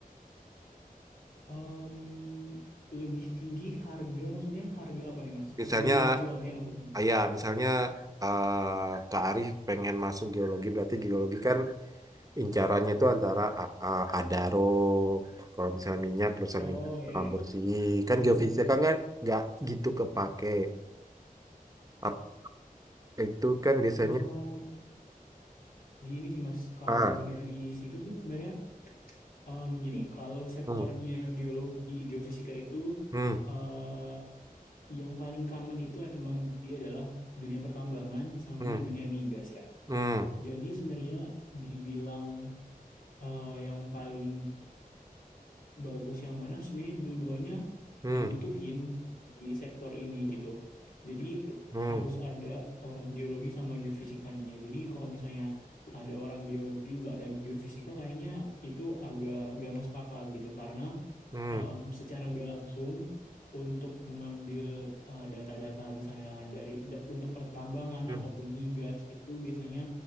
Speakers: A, on the left; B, on the right.
A: em, lebih tinggi harga maksudnya harga apa nih mas?
B: Misalnya
A: Nilai jualnya maksudnya?
B: Ah, Ya, misalnya eh, Kak Arif pengen masuk geologi, berarti geologi kan incarannya itu antara A- A- Adaro, kalau misalnya minyak, perusahaan
A: Oh
B: minyak,
A: ya.
B: alam
A: ya.
B: bersih, kan
A: Hmm.
B: geofisika kan nggak nggak gitu kepake. Ap- Itu kan biasanya,
A: Eh, Gini sih Mas, kalau
B: ah,
A: dari situ sih sebenarnya em, gini, kalau sektornya
B: hmm,
A: geologi, geofisika itu
B: hmm,
A: eh, yang paling common itu emang dia adalah dunia pertambangan sama
B: hmm,
A: dunia migas ya.
B: hmm,
A: Jadi sebenarnya dibilang eh, yang paling bagus yang mana sebenarnya dua-duanya
B: hmm,
A: dibutuhin di sektor ini gitu. Jadi
B: hmm,
A: harus ada orang geologi sama geofisikanya. Jadi kalau misalnya ada orang geologi nggak ada geofisika kayaknya itu agak nggak masuk akal gitu karena
B: hmm,
A: em, secara nggak langsung untuk mengambil eh, data-data misalnya dari da- untuk pertambangan
B: hmm,
A: ataupun migas itu biasanya